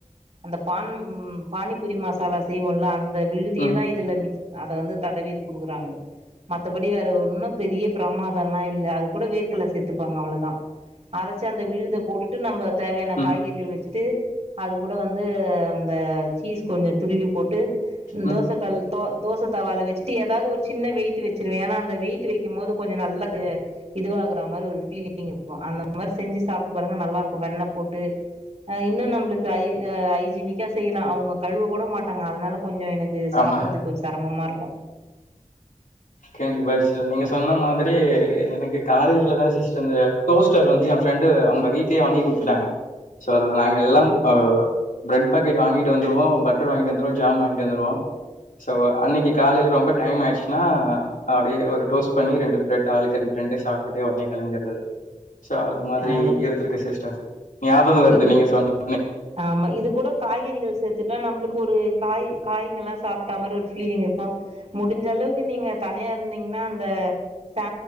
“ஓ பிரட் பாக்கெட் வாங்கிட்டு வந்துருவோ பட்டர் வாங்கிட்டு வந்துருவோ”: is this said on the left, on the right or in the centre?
Left